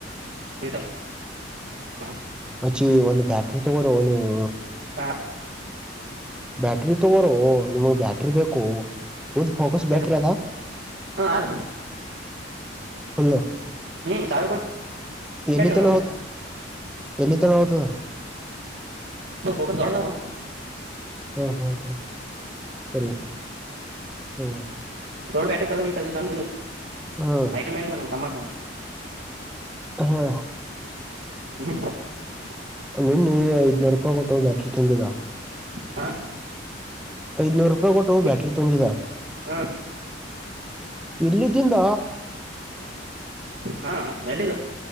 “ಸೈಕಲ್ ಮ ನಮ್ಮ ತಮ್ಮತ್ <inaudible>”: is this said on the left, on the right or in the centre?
Right